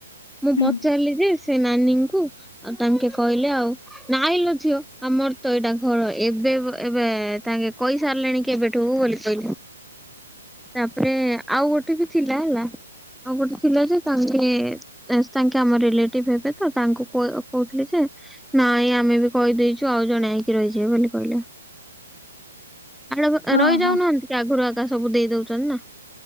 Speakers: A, in the centre; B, on the left.
A: ମୁଁ
B: ହୁଁ।
A: ପଚାରିଲି ଯେ ସେ ନାନୀଙ୍କୁ ଆଉ ତାଙ୍କେ କହିଲେ ଆଉ ନାଇଁ ଲ ଝିଅ ଆମର ତ ଏଇଟା ଘର ଏବେ ଏବେ ତାଙ୍କେ କଇସାରିଲେଣି କେବେ ଟୁ ବୋଲି କହିଲି। ତାପରେ ଆଉ ଗୋଟେ ବି ଥିଲା ହେଲା ଆଉ ଗୋଟେ ଥିଲା ଯେ ତାଙ୍କେ ତାଙ୍କେ ଆମ ରିଲେଟିଭ ହେବେ ତ ତାଙ୍କୁ କହୁଥିଲି ଯେ ନାଇଁ ଆମେ ବି କହିଦେଇଛୁ ଆଉ ଜଣେ ଆଇକି ରହିଯିବେ ବୋଲି କହିଲେ।
B: <inaudible>
A: ଆଡ
B: ଓହୋ
A: ରହିଯାଉନାହାନ୍ତି କି ଆଗରୁ ଆଗା ସବୁ ଦେଇ ଦଉଛନ୍ତି ନା।